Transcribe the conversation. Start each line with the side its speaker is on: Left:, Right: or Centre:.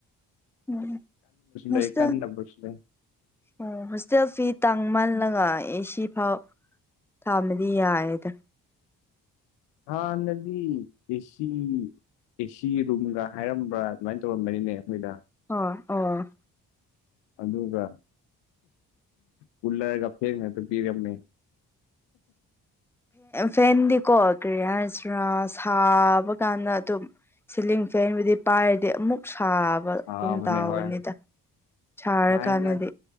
Centre: ꯎꯝ ꯃꯁꯇ
Left: ꯂꯩ ꯀꯟꯗꯕꯁꯨ ꯂꯩ
Centre: ꯑꯣ ꯍꯣꯁꯇꯦꯜ ꯐꯤ ꯇꯥꯡ ꯃꯥꯜꯂꯒ ꯑꯦꯁꯤ ꯐꯥꯎ ꯊꯝꯗꯤ ꯌꯥꯌꯦꯗ
Left: ꯍꯥꯥ ꯅꯕꯤ ꯀꯁꯤ ꯑꯦꯁꯤ ꯔꯨꯝꯒ ꯍꯥꯏꯔꯝꯕ꯭ꯔꯥ ꯑꯗꯨꯃꯥꯏꯅ ꯇꯧꯔꯝꯝꯕꯅꯤꯅꯦ ꯑꯩꯈꯣꯏꯗ
Centre: ꯑꯣ ꯑꯣ
Left: ꯑꯗꯨꯒ ꯀꯂꯦ ꯐꯦ ꯄꯤꯔꯝꯅꯦ
Centre: ꯐꯦꯟꯗꯤꯀꯣ ꯀꯔꯤ ꯍꯥꯏꯁꯤꯔ ꯁꯥꯕ ꯀꯥꯟꯗ ꯑꯗꯨꯝ ꯁꯤꯂꯤꯡ ꯐꯦꯟꯕꯨꯗꯤ ꯄꯥꯏꯔꯗꯤ ꯑꯃꯨꯛ ꯁꯥꯕ
Left: ꯁꯥꯕꯅꯦ
Centre: ꯒꯨꯝ ꯇꯥꯎꯕꯅꯤꯗ
Left: ꯍꯣꯏ
Centre: ꯁꯥꯔꯀꯥꯟꯗꯗꯤ
Left: ꯁꯥꯏꯗ